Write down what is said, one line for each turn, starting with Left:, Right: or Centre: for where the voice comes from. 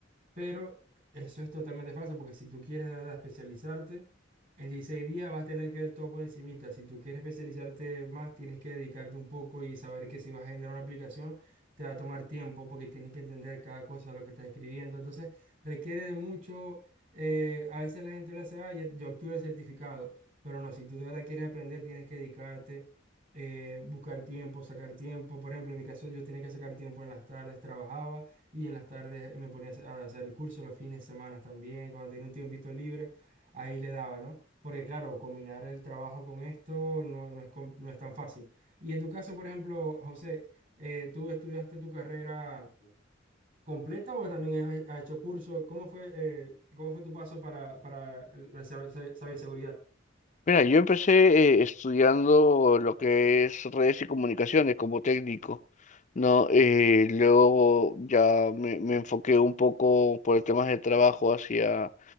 Right: Pero eso es totalmente falso, porque si tú quieres de verdad especializarte, en 16 días vas a tener que ver todo por encimita. Si tú quieres especializarte más, tienes que dedicarte un poco y saber que si vas a generar una aplicación, te va a tomar tiempo porque tienes que entender cada cosa, lo que estás escribiendo. Entonces, requiere de mucho, eh, a veces la gente lo hace, ah, ya- yo obtuve el certificado, pero no, si tú de verdad quieres aprender, tienes que dedicarte. eh, buscar tiempo, sacar tiempo. Por ejemplo, en mi caso yo tenía que sacar tiempo en las tardes, trabajaba y en las tardes me ponía a hacer el curso, los fines de semana también, cuando tenía un tiempito libre, ahí le daba, ¿no? Porque claro, combinar el trabajo con esto no, no es, com- no es tan fácil. Y en tu caso, por ejemplo, José, eh, ¿tú estudiaste tu carrera completa o también has, has hecho curso? ¿Cómo fue, eh, cómo fue tu paso para, para eh, la ciber- ciberseguridad?
Left: Mira, yo empecé eh, estudiando lo que es redes y comunicaciones como técnico, ¿no? Eh, luego ya me, me enfoqué un poco por temas de trabajo hacia,